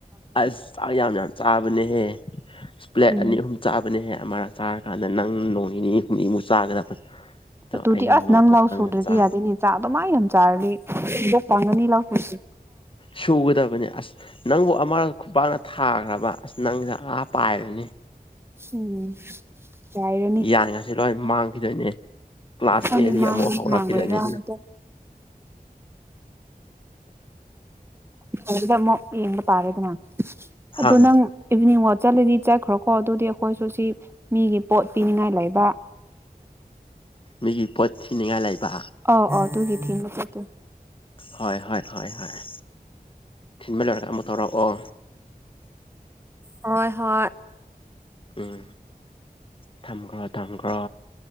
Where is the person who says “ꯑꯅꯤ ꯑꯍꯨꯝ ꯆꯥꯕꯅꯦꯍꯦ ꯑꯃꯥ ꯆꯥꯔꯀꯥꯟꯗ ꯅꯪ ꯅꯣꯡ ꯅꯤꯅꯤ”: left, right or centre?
Left